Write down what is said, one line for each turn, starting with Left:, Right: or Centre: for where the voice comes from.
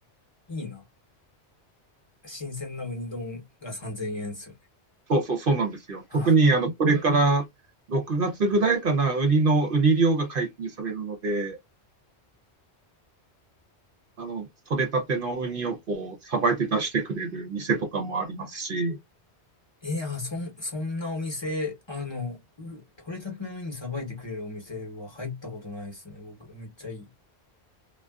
Left: いいな。新鮮なウニ丼が3000円ですよね。
Right: そうそう、そうなんですよ。
Left: あ、
Right: 特にあのこれから6月ぐらいかな、ウニの、ウニ漁が解禁されるので、あの、取れたてのウニをこう、さばいて出してくれる店とかもありますし、
Left: いや、そん、そんなお店、あの、う取れたてのウニさばいてくれるお店は入ったことないですね。僕、めっちゃいい。